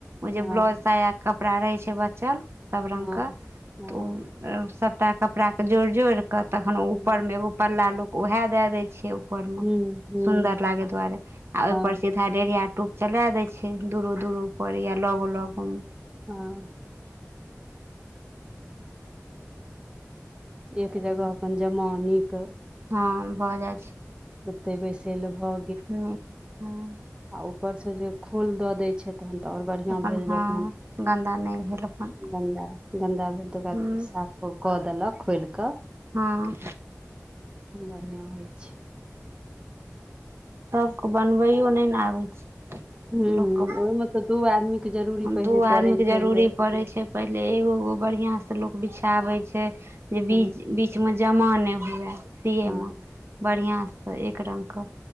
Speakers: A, on the right (about 50°); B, on the right (about 20°).
A: ओ जे
B: हँ
A: ब्लाउज साया कपड़ा रहै छै बचल सब रङ्गके
B: हँ हँ
A: तऽ ओ सब क्ता कपड़ाके जोड़ि जोड़िकऽ तखन उपरमे
B: हँ
A: एगो पल्ला लोक ओएह दए दै छै ऊपर मे
B: हूँ हूँ
A: सुन्दर लागे दुआरे आ ओहिपर
B: हँ
A: सीधा डेढ़िया टोप चला दै छै दूरो दूरो पर या लगो लगो मे
B: हँ एक जगह अपन जमा नीक
A: हँ भऽ जाइ छै
B: सुते बैस ले भहो
A: हूंम्म हँ
B: आ ऊपर से जे खोल दऽ दय छै तहन तऽ आओर बढ़िआँ
A: अपन
B: भेल जखन
A: हँ गन्दा नहि भेल अपन
B: गन्दा गन्दा भेल तऽ ओकरा
A: हूँ
B: साफ कऽ देलक खोल कऽ
A: हँ
B: बढ़िआँ होइ छै
A: सबके बनबैयो नहि ने आबै छै
B: हुँ
A: लोकके
B: ओहिमे तऽ दू आदमीके जरूरी पहिले
A: दू
B: पड़ै
A: आदमी
B: छै
A: के जरूरी
B: जे
A: पड़ै छै पहिले एगोगो बढ़िया से लोग बिछाबे छै जे
B: हँ
A: बीज कि मे जमा नहि हुए सिए
B: हँ
A: मे बढ़िया से एक रंग के